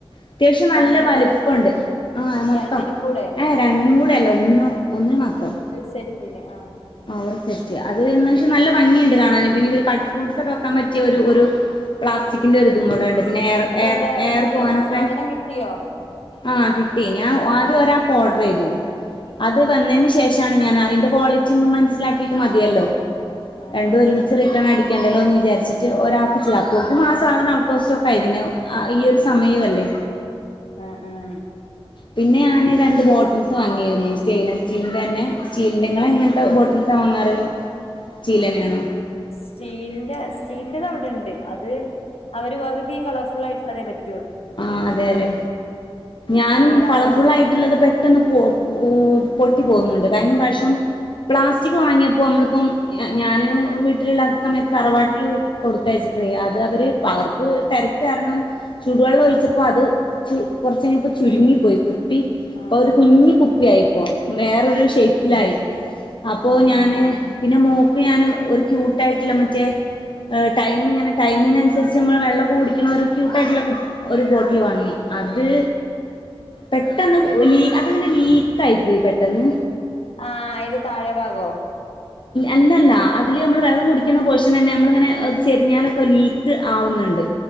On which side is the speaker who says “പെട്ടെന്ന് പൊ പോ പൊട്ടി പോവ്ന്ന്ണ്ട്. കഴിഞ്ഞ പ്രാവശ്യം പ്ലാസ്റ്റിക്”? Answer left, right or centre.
Left